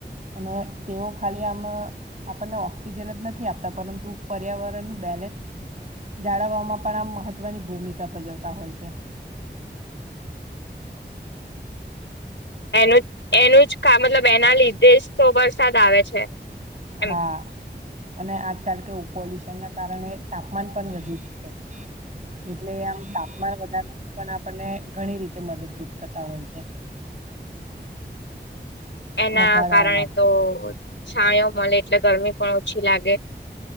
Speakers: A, on the right; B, on the left.
A: અને તેઓ ખાલી આમ આપણને ઓક્સિજન જ નથી આપતા પરંતુ પર્યાવરણ ન બે જાળવવામાં પણ આમ મહત્વની ભૂમિકા ભજવતા હોય છે <inaudible>
B: એનું એનું જ મતલબ એના લીધે તો વરસાદ આવે છે એમ
A: હા અને આજકાલ કેું પોલ્યુ તેના કારણે તાપમાન પણ વધી જશે એટલે આમ તાપમાન વધારવાવામાં પણ આપણને ઘણી રીતે મદદરૂપ થતા હોય છે <inaudible>
B: એના
A: ઘટાડવા
B: કારણે
A: માટે
B: તો છાયો મળે એટલે ગરમી પણ ઓછી લાગે